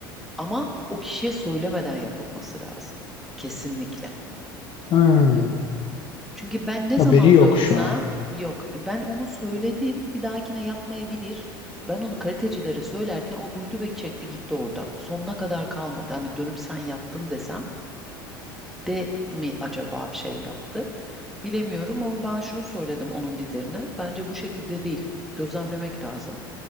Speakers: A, in the centre; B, on the left (about 45°).
A: Ama o kişiye söylemeden yapılması lazım. Kesinlikle.
B: Ha,
A: Çünkü ben ne
B: haberi
A: zaman
B: yok
A: dönsem
B: şu an.
A: yok E, ben onu söyledim bir dahakine yapmayabilir. Ben onu kalitecilere söylerken o duydu ve çekti gitti oradan. Sonuna kadar kalmadı. Hani dönüp sen yaptın desem de mi acaba şey yaptı? Bilemiyorum ama ben şunu söyledim onun liderine. Bence bu şekilde değil. Gözlemlemek lazım.